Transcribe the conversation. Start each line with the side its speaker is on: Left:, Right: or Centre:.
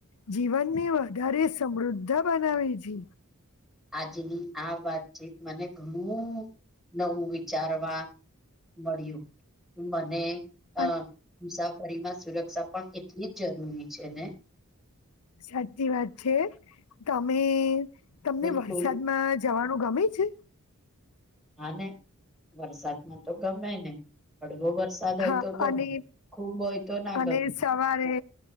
Left: જીવનને વધારે સમૃદ્ધ બનાવે છે,
Centre: આજની આ વાતચીત મને ઘણું નવું વિચારવા મળ્યું મને અ
Left: અન-
Centre: મુસાફરીમાં સુરક્ષા પણ કેટલી જ જરૂરી છે ને
Left: સાચી વાત છે તમે તમને
Centre: બિલકુલ
Left: વરસાદમાં જ જવાનું ગમે છે.
Centre: હા ને વરસાદમાં તો ગમે ને હળવો વર વરસાદ હોય
Left: હા
Centre: તો ગમે
Left: અને
Centre: ખૂબ હોય તો ના
Left: અને
Centre: ગમે
Left: સવારે